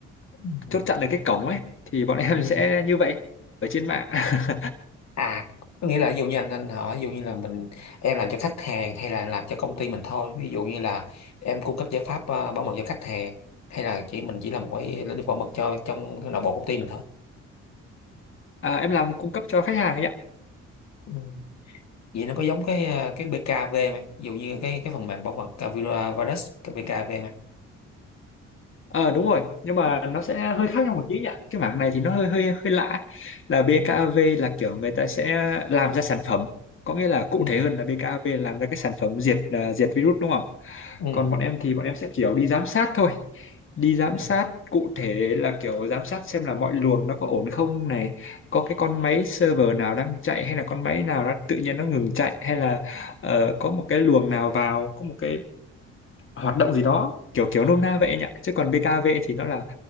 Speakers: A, on the left (about 60°); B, on the left (about 40°).
A: Ừ.
B: chốt chặn được cái cổng ấy, thì bọn em
A: Ừ.
B: sẽ như vậy ở trên mạng. <laughs>
A: À, có nghĩa là ví dụ như anh anh hỏi ví dụ như là mình em làm cho khách hàng hay là làm cho công ty mình thôi. Ví dụ như là em cung cấp giải pháp ờ, bảo mật cho khách hàng hay là chỉ mình chỉ là một cái lĩnh vực bảo mật cho trong cái nội bộ công ty mình
B: À, em làm cung cấp cho khách hàng ấy nhỉ.
A: thôi. vậy nó có giống cái ờ, cái BKV không em ví dụ như cái cái phần mềm bảo mật ờ, Virus virus cái BKV không em
B: ờ đúng rồi nhưng mà nó sẽ hơi khác nhau một tí nhỉ cái mảng này thì nó hơi hơi hơi lạ là BKAV
A: ừ
B: là kiểu người ta sẽ làm ra sản phẩm có nghĩa là cụ
A: ừ
B: thể hơn là BKAV làm ra cái sản phẩm diệt à, diệt virus đúng không
A: ừ
B: còn bọn em thì bọn em sẽ kiểu đi giám sát thôi đi giám
A: ừ
B: sát cụ thể là kiểu giám sát xem là mọi luồng nó có ổn không này có cái con máy server nào đang chạy hay là con máy nào nó tự nhiên nó ngừng chạy hay là ờ, có một cái luồng nào vào có một cái hoạt động gì đó kiểu kiểu nôm na vậy anh ạ chứ còn BKV thì nó là